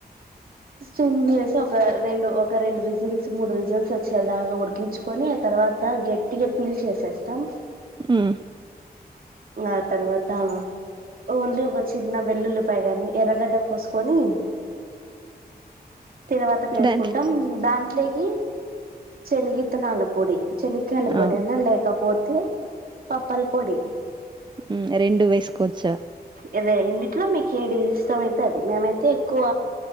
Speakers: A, on the right (about 60°); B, on the right (about 25°).
A: సిమ్ చేసి ఒక రెండు ఒక రెండు విజిల్స్ మూడు విజిల్స్ వచ్చేలాగా ఉడికించుకొని ఆ తర్వాత గట్టిగా ఫిల్ చేసేస్తాం
B: హూ
A: ఇంగా తర్వాత ఓన్లీ ఒక చిన్న వెల్లుల్లిపాయ గాని ఎర్రగడ్డ కోసుకొని తిరవాతకి వేసుకుంటాం
B: దాంట్లో
A: దాంట్లే ఈ చెనిగిత్తనాల పొడి చెనిక్కాయాల
B: ఆ
A: పొడన్నా లేకపోత్ తే పప్పల్ పొడి
B: ఊ రెండూ వేసుకోవచ్చా
A: ఈ రెండిటిలో మీకు ఏది ఇస్ ష్టమైతే అది మేమైతే ఎక్కువ